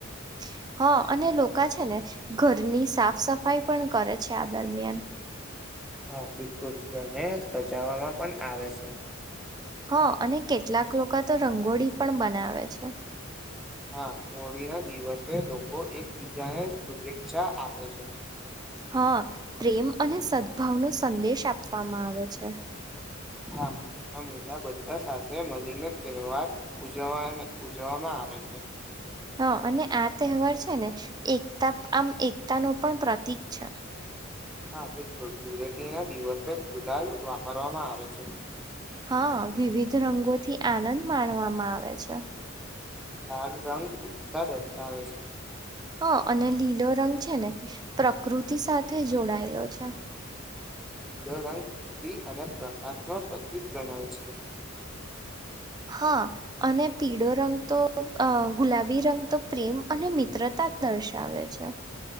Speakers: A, on the right; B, in the centre.
A: <inaudible> હા અને લોકા છે ને, ઘરની સાફ સફાઈ પણ કરે છે આ દરમિયાન.
B: હા બિલકુલ ઘરને સજાવવામાં પણ આવે સે.
A: હા અને કેટલાક લોકા તો રંગોળી પણ બનાવે છે.
B: હા, હોળીના દિવસે લોકો એકબીજાને શુભેચ્છા આપે છે.
A: હા, પ્રેમ અને સદભાવનો સંદેશ આપવામાં આવે છે.
B: હા. ના મોટા બધા સાથે મલીને તહેવાર ઉજવવાન ઉજવવામાં આવે છે.
A: હા, અને આ તહેવાર છે ને એકતા આમ એકતા નુ પણ પ્રતીક છે.
B: હા બિલકુલ, ધૂલેટી ના દિવસે ગુલાલ, વાપરવામાં આવે છે.
A: હાઆ, વિવિધ રંગોથી આનંદ માણવામાં આવે છે.
B: લાલ રંગ ઉત્સાહ દર્શાવે છે.
A: હ, અને લીલો રંગ છે ને, પ્રકૃતિ સાથે જોડાયેલો છે.
B: લીલોરંગ, <unintelligible> અને પ્રકાશનો પ્રતીક ગણાય છે.
A: હ, અને પીળો રંગ તો, અ ગુલાબી રંગ તો, પ્રેમ અને મિત્રતા અ દર્શાવે છે.